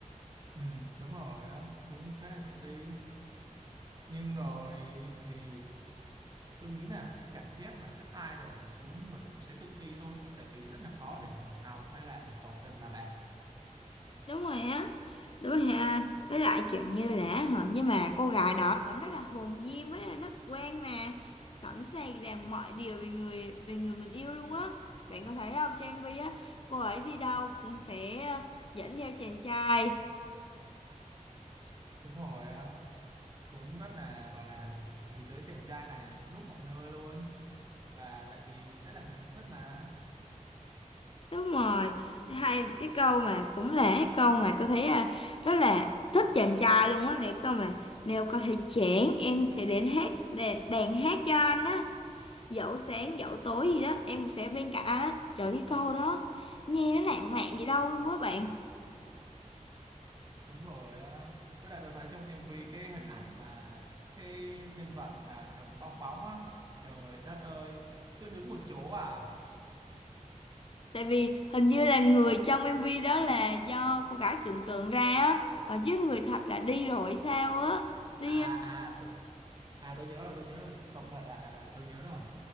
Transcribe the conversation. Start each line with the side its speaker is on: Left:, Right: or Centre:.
Right: ừ, đúng rồi á cũng khá là tự ti nhưng rồi thì tôi nghĩ là cái cảm giác mà thích ai rồi thì cũng mình cũng sẽ tự ti thôi tại vì rất là khó để mở lòng hay là để tỏ tình mà bạn
Left: đúng rồi á đúng rồi ha với lại kiểu như là hả nhưng mà cô gái đó vẫn rất là hồn nhiên với là rất quen mà sẵn sàng làm mọi điều về người về người mình yêu luôn á bạn có thấy không trên MV á cô ấy đi đâu cũng sẽ ờ, dẫn theo chàng trai
Right: đúng rồi á, cũng rất là gọi là nghĩ tới chàng trai này lúc mọi nơi luôn và tại vì đó là người mình thích mà
Left: đúng rồi hay cái câu mà cũng là cái câu mà tôi thấy là rất là thích chàng trai luôn á này câu mà nếu có thể chẽn em sẽ đến hát đàn, đàn hát cho anh á dẫu sáng dẫu tối gì đó em cũng sẽ bên cạnh anh á trời cái câu đó nghe nó lãng mạn gì đâu luôn á bạn
Right: đúng rồi á. với lại tôi thấy trong em MV cái hình ảnh mà cái nhân vật mà cầm bong bóng á trời đất ơi cứ đứng một chỗ à
Left: tại vì hình như là người trong MV đó là do cô gái tưởng tượng ra á còn chứ người thật là đi rồi hay sao á đi
Right: à
Left: ờ,
Right: à t- à tôi nhớ rồi tôi nhớ rồi tổng thể là, là, là tôi nhớ rồi